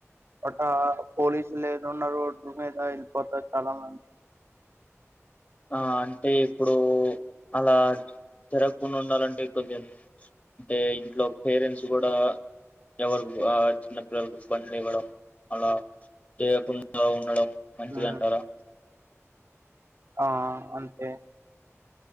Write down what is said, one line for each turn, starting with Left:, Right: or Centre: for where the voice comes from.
Right: హఠా పోలీసులేనున్న రోడ్ మీద పోతారు చాలమంది <inaudible>
Left: ఆ అంటే ఇప్పుడు అలా జరగకుండా ఉండాలంటే కొంచెం అంటే ఇంట్లో పేరెంట్స్ కూడా ఎవరుకు ఆ చిన్న పిల్లలకు బండి ఇవ్వడం అలా చేయకుం డా ఉండడం మంచిది
Right: ఉమ్
Left: అంటారా
Right: ఆ అంతే